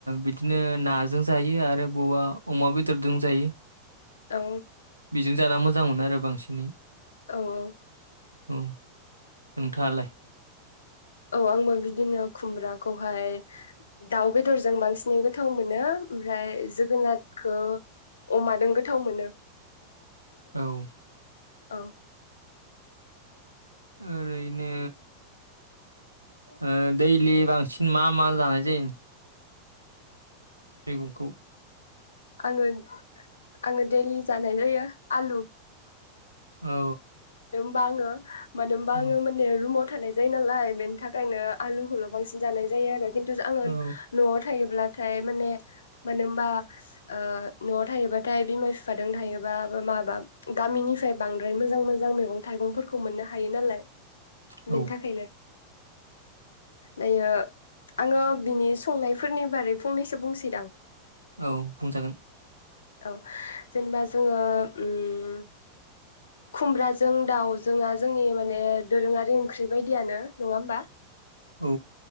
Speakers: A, on the right; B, on the left.
A: बिदिनो नाजों जायो आरो बबवा अमा बेदरजों जायो।
B: औ
A: बेजों जाना मोजां मोनो आरो बांसिनै
B: औ औ
A: औ नोंथाङालाय
B: औ आंबो बिदिनो खुमब्राखौहाय दाउ बेदरजों बांसिनै गोथाव मोनो ओमफ्राय जोगोनादखौ अमादों गोथाव मोनो।
A: औ
B: औ
A: ओरैनो ओ दैलि बांसिन मा मा जानाय जायो। मैगंखौ
B: आङो आङो दैडलि जानाय जायो आलु।
A: औ
B: बाङो मानो होनबा
A: औ
B: आङो माने रूमाव थानाय जायो नालाय बेनि थाखायनो आलुखौल' बांसिन जानाय जायो आरो। खिन्थु आङो
A: औ
B: न'आव थायोब्ला नाथाय माने मानो होमबा ओ न'आव थायोबाथाय बिमा बिफाजों थायोबा माबा गामिनिफ्राय बांद्राय मोजां मोजां मैगं थाइगंफोरखौ मोननो हायो नालाय।
A: औ
B: बेनि थाखायनो दायो आङो बिनि संनायफोरनि बारै फंनैसो बुंसैदां।
A: औ बुंजागोन
B: औ जेनेबा जोङो ओम खुमब्राजों दाउजोंआ जोंनि माने दोरोङारि ओंख्रि बायदि बिदियानो नङा होमबा
A: औ